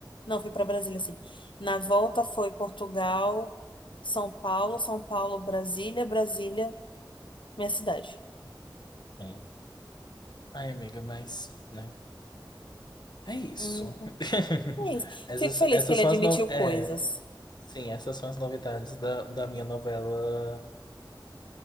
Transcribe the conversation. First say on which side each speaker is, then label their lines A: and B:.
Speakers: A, on the left; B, on the left.
A: Não, fui para Brasília, sim. Na volta foi Portugal, São Paulo, São Paulo, Brasília, Brasília, minha cidade.
B: É. Ai, amiga, mas, né? É isso.
A: Uhum.
B: <laughs>
A: É isso.
B: Essas,
A: Fico feliz
B: essas
A: que ele
B: são
A: admitiu
B: as no... é,
A: coisas.
B: sim, essas são as novidades da, da minha novela.